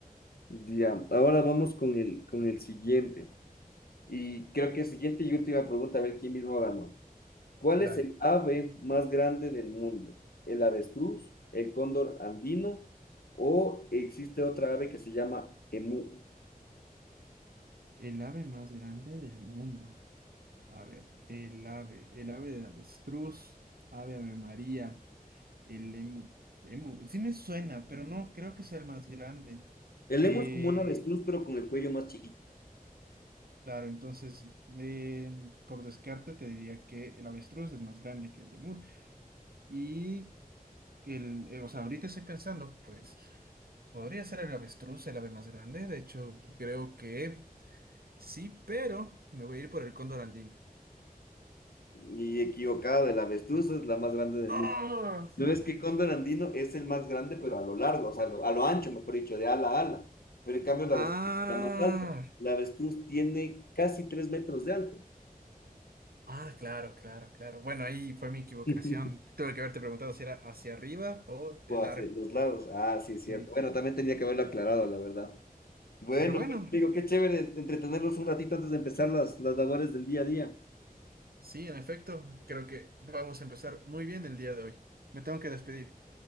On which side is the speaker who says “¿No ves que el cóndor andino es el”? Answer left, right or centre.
Left